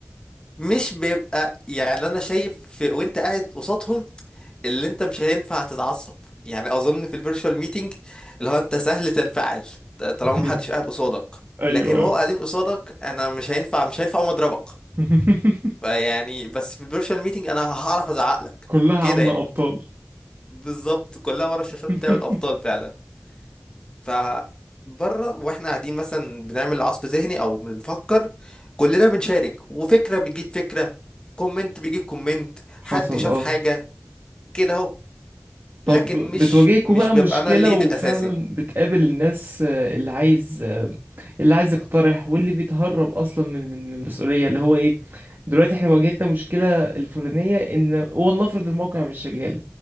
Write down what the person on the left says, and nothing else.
مش بيبقى يعني انا شايف في- وانت قاعد قصادهم اللي انت مش هينفع تتعصب يعني اظن في الفيرتشوال ميتنج اللي هو انت سهل تنفعل
طالما
محدش قاعد قصادك
لكن هو قاعدين قصادك انا مش هينفع مش هينفع أقوم اضربك
فيعني بس في الفيرتشوال ميتنج انا هعرف ازعق لك
كده
يعني
بالظبط كلها ورا الشاشات
بتاع الابطال فعلا ف بره واحنا قاعدين مثلا بنعمل عصف ذهني او بنفكر كلنا بنشارك وفكره بتجيب فكره كومنت بيجيب كومنت
حد شاف
حاجه كده اهو
لكن
مش مش
بيبقى
انا الليد
الاساسي